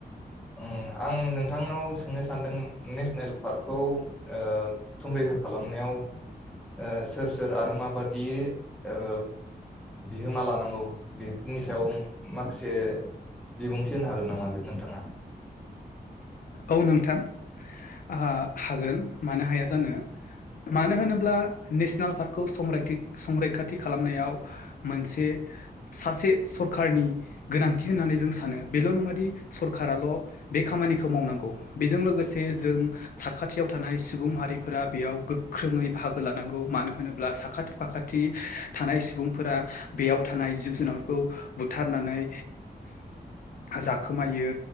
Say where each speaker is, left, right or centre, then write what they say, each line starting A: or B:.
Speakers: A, in the centre; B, on the left (about 60°).
A: ओं आं नोंथांनाव सोंनो सानदों। नेसनेल पार्कखौ ओ संरैखा। खालामनायाव ओ सोर सोर आरो माबादि ओ। बिहोमा लानांगौ बेफोरनि सायाव मा-माखासे। बिबुंथि होनो हागोन नामा बे नोंथाङा?
B: औ नोंथां आहा हागोन मानो हाया जानो। मानो होनोब्ला नेशनेल पार्कखौ संरायथि संरैखाथि खालामनायाव मोनसे। सासे सरखारनि गोनांथि होननानै जों सानो बेल नङा दि सरखाराल। बे खामानिखौ मावनांगौ बेजों लोगोसे जों साखाथियाव थानाय सुबुं माहारिफोरा बेयाव गो गोख्रोङै बाहागो लानांगौ मानो होनोब्ला साखाथि फाखाथि थानाय सुबुंफोरा बेयाव था। नाय जिब जुनारफोरखौ बुथारनानै जाखोमायो।